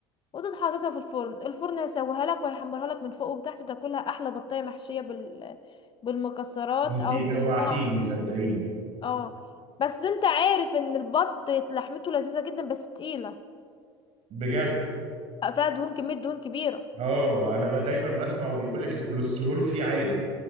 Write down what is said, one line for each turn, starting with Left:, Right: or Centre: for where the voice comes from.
Left: وتروح حاططها في الفرن الفرن هيسويها لك وهيحمرها لك من فوق وتحت وتاكلها احلى بطايه محشيه بال بالمكسرات
Right: انت
Left: او
Right: جوعتيني
Left: باللسان على الحب.
Right: صدقيني
Left: اه بس انت عارف ان البط لحمته لذيذه جدا بس تقيله
Right: بجد
Left: فيها دهون كمية دهون كبيرة
Right: اه انا بقى دايما بسمع وبيقول لك الكوليسترول فيه عالي